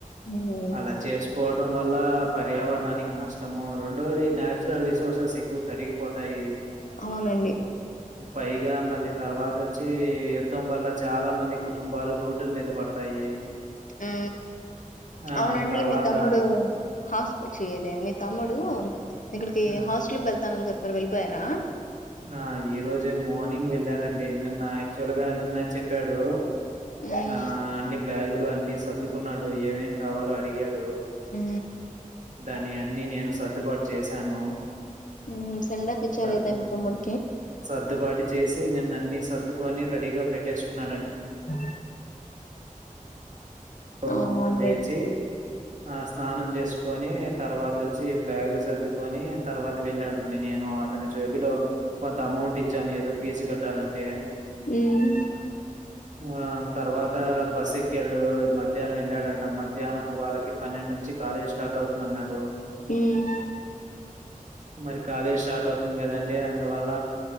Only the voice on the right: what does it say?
అలా చేసుకోవడం వల్ల పర్యావరణానికి నష్టము రెండోది నేచురల్ రిసోర్సెస్ ఎక్కువ కరిగిపోతాయి
పైగా మళ్ళీ తర్వాత వచ్చి యుద్ధం వల్ల చాలా మంది కుటుంబాలు రోడ్ల మీద పడతాయి
ఆ
తర్వాత
ఉమ్,
ఆ ఈ రోజే మార్నింగ్ వెళ్లారండి నిన్న యాక్చువల్ గా నిన్న చెప్పాడు
ఆ అన్ని బ్యాగులు అన్ని సర్దుకున్నాడు ఏమేం కావాలో అడిగాడు
దాని అన్ని నేను స సద్దుబాటు చేశాను
సర్దు
సర్దుబాటు చేసి నిన్నన్ని సర్దుకొని రెడీగా పెట్టేసుకున్నాడని
సో,
లేచి ఆ స్నానం చేసుకొని తర్వాత వచ్చి బ్యాగు సర్దుకొని తర్వాత వెళ్ళాడండి నేను నేను అతని జేబులో కొంత అమౌంట్ ఇచ్చాను ఏదో ఫీజు కట్టాలంటే
ఆ తర్వాత బస్ ఎక్కెళ్ళడు మధ్యాహ్నం వెళ్ళాడంట మధ్యాహ్నం వాళ్ళ పన్నెండు నుంచి కాలేజ్ స్టార్ట్ అవుతుంది అన్నాడు
మరి కాలేజీ స్టార్ట్ అవుతుంది కదండి అందువల్ల